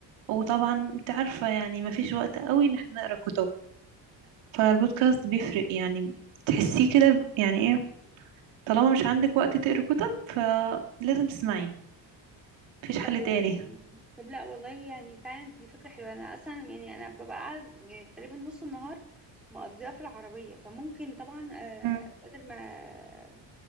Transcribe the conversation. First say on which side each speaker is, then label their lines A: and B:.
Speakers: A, on the right; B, in the centre.
A: وطبعا انت عارفة يعني مفيش وقت قوي ان احنا نقرا كتب فالبودكاست بيفرق يعني تحسيه كده يعني ايه طالما مش عندك وقت تقري كتب فلازم تسمعيه مفيش حل
B: طب و...
A: تاني
B: طب لا والله يعني فعلا دي فكره حلوه انا اصلا يعني انا ببقى قاعد- يعني تقريبا نص النهار مقضيها في العربيه فممكن طبعا آه،
A: مم.
B: بدل ما